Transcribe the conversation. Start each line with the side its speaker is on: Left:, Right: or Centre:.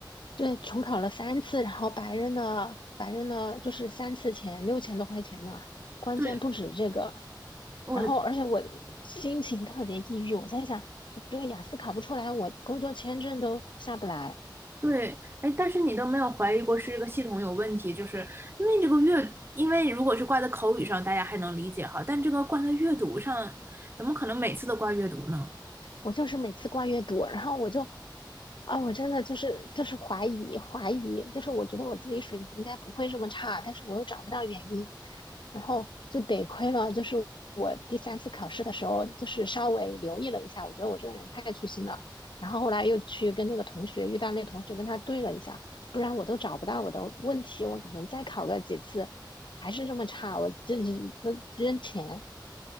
Left: 对，重考了三次，然后白人的白人的就是三次钱六千多块钱呢，关键不止这个。
Right: 对，我的。
Left: 然后，而且我心情特别抑郁，我在想，我这个雅思考不出来，我工作签证都下不来，
Right: 对，哎，但是你都没有怀疑过是这个系统有问题，就是因为这个阅，因为如果是挂在口语上，大家还能理解哈，但这个挂在阅读上，怎么可能每次都挂阅读呢？
Left: 我就是每次挂月读，然后我就，啊，我真的就是就是怀疑怀疑，就是我觉得我自己水平应该不会这么差，但是我又找不到原因。然后就得亏了，就是我第三次考试的时候，就是稍微留意了一下，我觉得我这个人太粗心了。然后后来又去跟那个同学遇到那个同学，跟他对了一下，不然我都找不到我的问题，我可能再考个几次还是这么差，我这都扔钱。